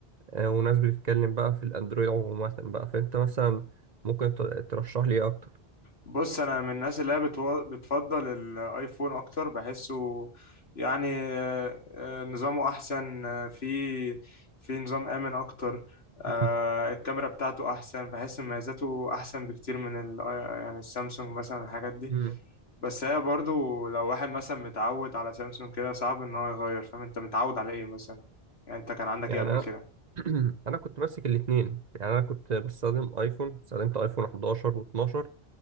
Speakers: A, on the right; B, on the left.
A: آه، وناس بتتكلم بقى في الاندرويد عموما بقى فانت مثلا ممكن ت- ترشح لي ايه اكتر
B: بص انا من الناس اللي هي بتو... بتفضل الايفون اكتر بحسه يعني آه، آه، نظامه احسن آه، في في نظام امن اكتر آه،
A: مم.
B: الكاميرا بتاعته احسن بحس مميزاته احسن بكتير من ال... آه، يعني السامسونج مثلا الحاجات دي
A: مم.
B: بس هي برضو لو واحد مثلا متعود على سامسونج كده صعب ان هو يغير فاهم انت متعود على ايه مثلا يعني انت كان عندك
A: يعني
B: ايه قبل
A: انا
B: كده
A: <clears throat> انا كنت ماسك الاثنين يعني انا كنت بستخدم ايفون استخدمت ايفون 11 و12